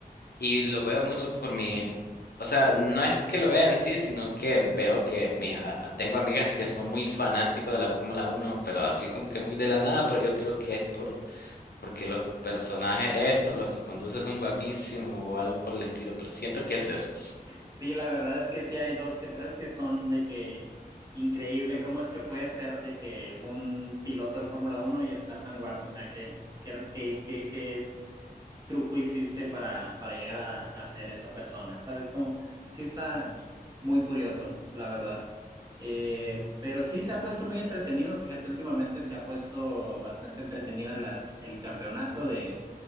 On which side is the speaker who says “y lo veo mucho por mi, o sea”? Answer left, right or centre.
Left